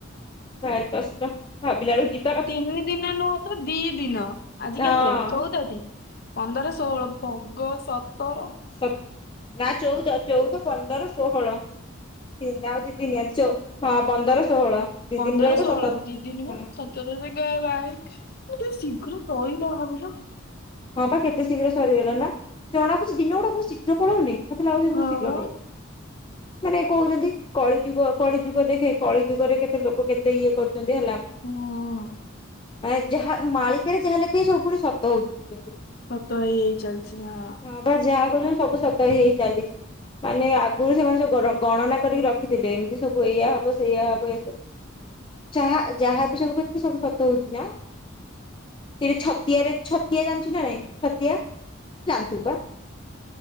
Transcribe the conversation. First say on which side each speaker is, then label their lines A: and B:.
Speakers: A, on the left (about 25°); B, on the left (about 50°).
A: ଭାରି କଷ୍ଟ ଭାବିଲା ବେଳକୁ ଯିବ୍
B: ଆ ତିନି ଦିନ ନୁହଁ ତ ଦି ଦିନ ଆଜି
A: ହଁ
B: କେତେ ଚଉଦ ଟି। ପନ୍ଦର ଷୋହଳ ଭଗ ସତର।
A: ସତ୍ ନା ଚଉଦ ଚଉଦ, ପନ୍ଦର, ଷୋହଳ। ନି ଆଉ ଦି ଦିନି ଆଜି ଚ ହଁ ପନ୍ଦର, ଷୋହଳ। ଦି
B: ପନ୍ଦର
A: ଦିନ ରହିବ
B: ଷୋହଳ
A: ସତର
B: ଦି ଦିନ
A: ହଁ
B: ବା ସତରରେ ଗା ବାଇକ ଏତେ ଶୀଘ୍ର ସଇଲା ଭାବିଲ।
A: ହଁ ବା କେତେ ଶୀଘ୍ର ସରିଗଲା ନା ଜଣା ପଡୁଛି ଦିନ ଗୁଡା ବହୁତ ଶୀଘ୍ର ପଳଉନି? ମତେ ଲଗୁଚି ବହୁତ
B: ହଁ
A: ଶୀଘ୍ର
B: ବା
A: ପଳଉଚି। ମାନେ କହୁଚନ୍ତି କଳି ଯୁଗ କଳି ଯୁଗ ଦେଖେ କଳି ଯୁଗରେ କେତେ ଲୋକ କେତେ ଇଏ କରୁଚନ୍ତି ହେଲା।
B: ହୁଁ।
A: ଏଁ ଯାହା ମାଳିକାରେ ଯାହା ଲେଖାହେଇ ସବୁ ପୁଣି ସତ ହଉଚି କହୁଚନ୍ତି।
B: ସତ ହେଇ ହେଇ ଚାଲିଛି ଆଁ
A: ହଁ ବା ଯାହା କହୁଛନ୍ତି ସବୁ ସତ ହେଇ ହେଇ ଚାଲିଛି। ମାନେ ଆଗରୁ ସେମାନେ ସବୁ ଗ ଗଣନା କରିକି ରଖିଥିଲେ ଏମିତି ସବୁ ଏଇଆ ହବ ସେଇୟା ହବ ଏ ସବୁ ଯହା ଯାହା ବି ସବୁ କହିିଥିଲେ ସବୁ ସତ ହଉଛି ନା। ସେ ଯଉ ଛତିଆରେ ଛ ତିଆ ଜାଣିଛୁ ନା ନାଇଁ ଛତିଆ ଜାଣିଥିବୁ ପା,